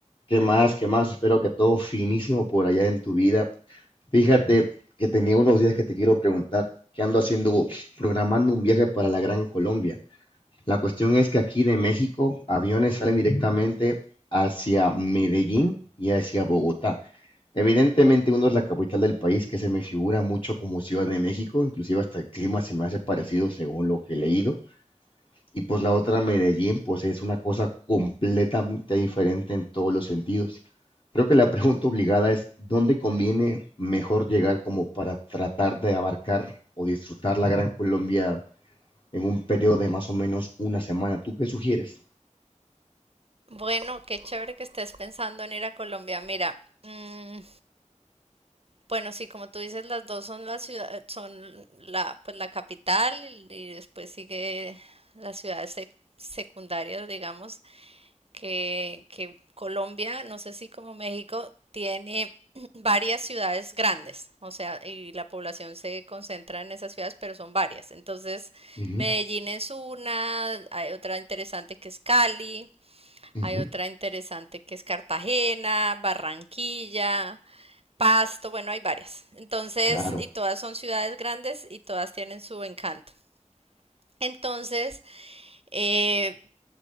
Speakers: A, on the left; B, on the right.
A: ¿Qué más? ¿Qué más? Espero que todo finísimo por allá en tu vida. Fíjate que tenía unos días que te quiero preguntar, ¿qué ando haciendo? Programando un viaje para la Gran Colombia. La cuestión es que aquí de México, aviones salen directamente hacia Medellín y hacia Bogotá. Evidentemente uno es la capital del país que se me figura mucho como Ciudad de México, inclusive hasta el clima se me hace parecido según lo que he leído. Y pues la otra, Medellín, pues es una cosa completamente diferente en todos los sentidos. Creo que la pregunta obligada es, ¿dónde conviene mejor llegar como para tratar de abarcar o disfrutar la Gran Colombia en un periodo de más o menos una semana? ¿Tú qué sugieres?
B: Bueno, qué chévere que estés pensando en ir a Colombia. Mira, mm, bueno, sí, como tú dices, las dos son la ciudad, son la, pues la capital y y después sigue las ciudades sec- secundarias, digamos, que, que Colombia, no sé si como México, tiene <clears throat> varias ciudades grandes, o sea, y la población se concentra en esas ciudades, pero son varias. Entonces,
A: Ujú,
B: Medellín es una, hay otra interesante que es Cali,
A: ujú,
B: hay otra interesante que es Cartagena, Barranquilla, Pasto, bueno, hay varias. Entonces,
A: claro,
B: y todas son ciudades grandes y todas tienen su encanto. Entonces, eh,